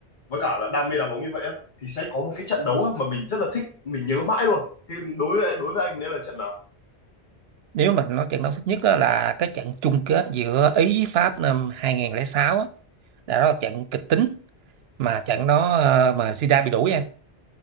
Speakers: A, on the left (about 50°); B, on the right (about 70°).
A: với cả là đam mê đá bóng như vậy á thì sẽ có một cái trận đấu á mà mình rất là thích, mình nhớ mãi luôn. Thì đối với đối với anh đấy là trận nào?
B: nếu mình nói trận đấu thích nhất á, là cái trận chung kết giữa Ý với Pháp năm 2006 á là đó là trận kịch tính mà trận đó ờ, mà Zidane bị đuổi em